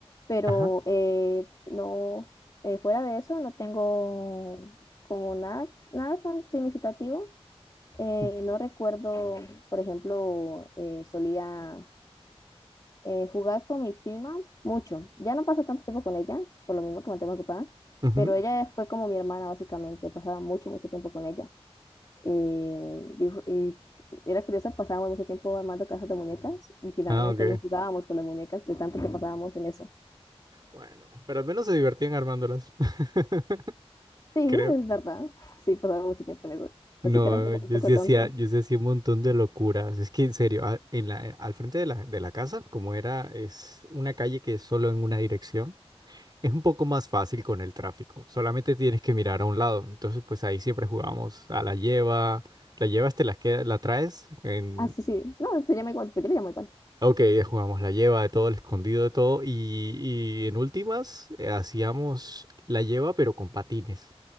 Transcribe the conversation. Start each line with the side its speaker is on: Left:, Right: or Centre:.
Left: Pero
Right: Ajá.
Left: eh, no, eh, fuera de eso, no tengo como nada, nada tan significativo. Eh,
Right: u-
Left: no recuerdo, por ejemplo, eh, solía eh, jugaba con mi prima mucho. Ya no paso tanto tiempo con ella, por lo mismo que me mantengo ocupada,
Right: ujú.
Left: pero ella fue como mi hermana, básicamente. Pasaba mucho, mucho tiempo con ella. Eh, dijo- y era curioso, pasábamos mucho tiempo armando cajas de muñecas y finalmente
Right: Ah, ok.
Left: no jugábamos con las muñecas de tanto que pasábamos en eso.
Right: Bueno, pero al menos se divertían armándolas, <laughs>
Left: Sí,
Right: creo.
Left: es verdad. <laughs> Sí, pasábamos mucho tiempo en eso.
Right: No,
Left: Así que era un poco,
Right: yo
Left: un poco
Right: sí
Left: tonto.
Right: hacía, yo sí hacía un montón de locuras. Es que en serio, a- en la, eh, al frente de la, de la casa, como era, es una calle que es solo en una dirección. Es un poco más fácil con el tráfico, solamente tienes que mirar a un lado. Entonces, pues ahí siempre jugamos a la lleva, la llevas, te la, queda- la traes, en...
Left: Ah, sí, sí. No, se llama igual, pero yo le llamo igual.
Right: ok, jugamos la lleva de todo, el escondido de todo, y, y en últimas eh, hacíamos la lleva pero con patines.